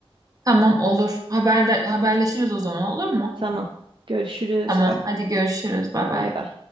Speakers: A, on the right; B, on the right.
A: Tamam olur. Haber haberleşiriz o zaman olur mu?
B: Tamam. Görüşürüz.
A: Tamam,
B: Bay
A: hadi görüşürüz. Bay bay.
B: bay.